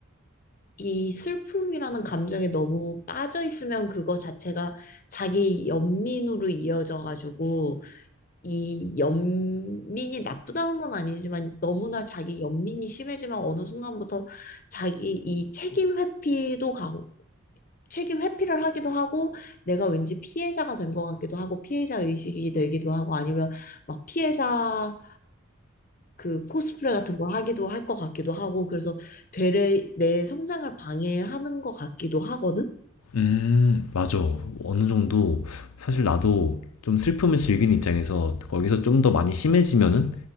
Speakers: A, on the left; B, on the left.
A: 이 슬픔이라는 감정에 너무 빠져 있으면 그거 자체가 자기 연민으로 이어져 가지고 이 연민이 나쁘다는 건 아니지만 너무나 자기 연민이 심해지면 어느 순간부터 자기 이 책임 회피도 가고 책임 회피를 하기도 하고 내가 왠지 피해자가 된 것 같기도 하고 피해자 의식이 되기도 하고 아니면 막 피해자 그 코스프레 같은 걸 하기도 할 것 같기도 하고 그래서 되레 내 성장을 방해하는 것 같기도 하거든.
B: 음, 맞아. 어느 정도 사실 나도 좀 슬픔을 즐기는 입장에서 거기서 좀 더 많이 심해지면은